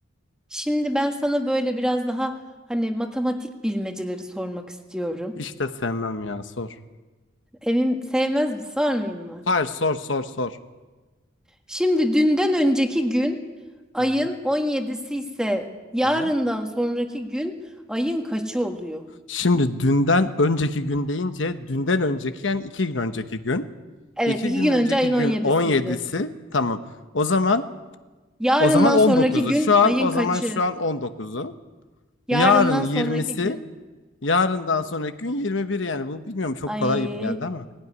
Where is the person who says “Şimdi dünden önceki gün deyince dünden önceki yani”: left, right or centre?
Left